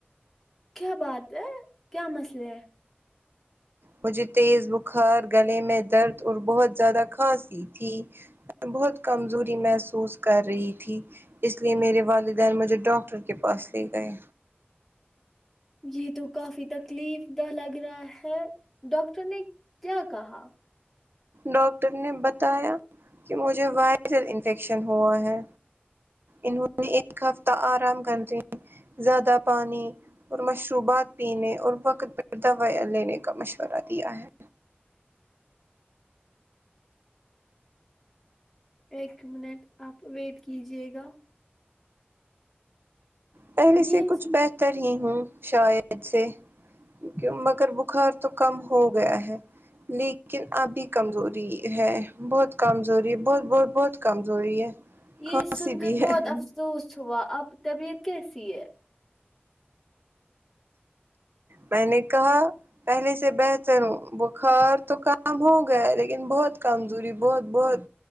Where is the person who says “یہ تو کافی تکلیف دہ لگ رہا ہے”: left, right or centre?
Centre